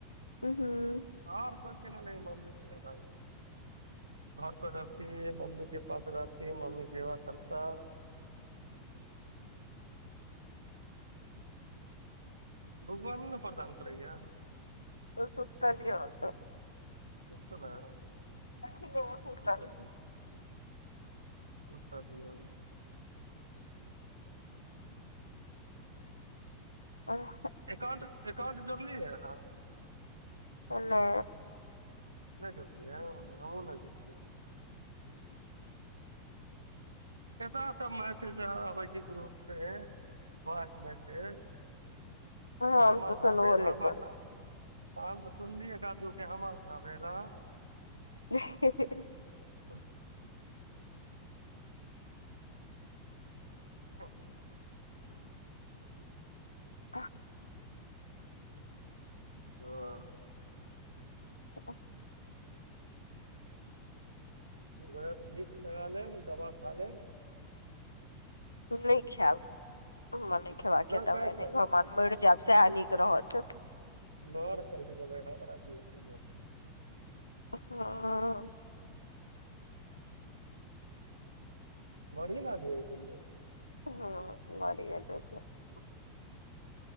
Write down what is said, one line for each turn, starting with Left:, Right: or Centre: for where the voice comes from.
Left: उहु
Right: <inaudible> आर कह छै नहि मम्मी के याद आबय लागत <unintelligible> बौआ नै न प्रसान करैया
Left: उऽ सुतल यऽ ओत
Right: <inaudible> सुतलय <inaudible>
Left: अखने सुतल
Right: सुतै दियौ सुत दियौन
Left: <unintelligible>
Right: एकाउंट एकाउंट जोड़लीय अहाँ
Left: नै
Right: नै जोरलिय हमहुँ नै जोरलिय कत स मैसेज अबे छै ग्रुप पे <inaudible> वॉइस मेसेज
Left: हम
Right: हमर
Left: तऽ सुनबो
Right: ना भेल
Left: नहि
Right: हमर
Left: करू
Right: ना हम तऽ सुनलियै एक आध केँ हमार ना भेल है
Left: <unintelligible>
Right: हँ <unintelligible>
Left: <unintelligible>
Right: हऽ
Left: <unintelligible>
Right: नै यऽ तऽ भिक्स लगा लेम दवा खा लेम
Left: नै खैब <inaudible> हमा नै खेबा
Right: नहि
Left: कऽ दवाइ
Right: काहे
Left: एनाहे
Right: खेबै
Left: भगवान मैर जायब सैह नीक रहत
Right: <unintelligible>
Left: <unintelligible>
Right: मही न गै तऽ नै
Left: <unintelligible>
Right: <unintelligible>